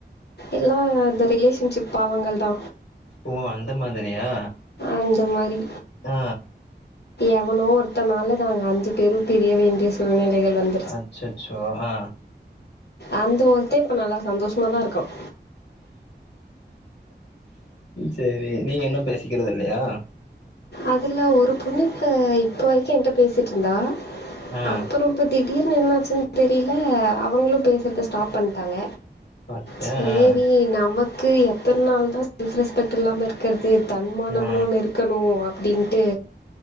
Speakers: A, on the left (about 65°); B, on the left (about 85°).
A: எல்லா இந்த ரிலேஷன்ஷிப் பாவங்கள்தா
B: ஓ அந்த மாதிரியா
A: அந்த மாரி
B: ஆ
A: எவனோ ஒருத்தனால நாங்க அஞ்சு பேரு பிரிய வேண்டிய சூழ்நிலைகள் வந்
B: அச்சச்சோ ஆ
A: அந்த ஒருத்தன் இப்ப நல்லா சந்தோஷ்மாதா இருக்கான்
B: சேரி நீங்க இன்னு பேசிக்கறது இல்லயா
A: அதுல ஒரு பொண்ணு இப்ப இப்போ வரைக்கு என்ட்ட பேசிட்ருந்தா
B: ஆ
A: அப்புறோ இப்ப திடீர்னு என்னாச்சுன் தெரில அவங்களு பேசுறத ஸ்டாப் பண்ட்டாங்க
B: பாத்தியா
A: சேரி
B: ஆ
A: நமக் கு எத்தன் நாள்தா செல்ஃப் ரெஸ்பெக்ட் இல்லாம இருக்கற்து தன்மானமு
B: ஆ
A: ஒன்னு இருக்கணு அப் டின்ட்டு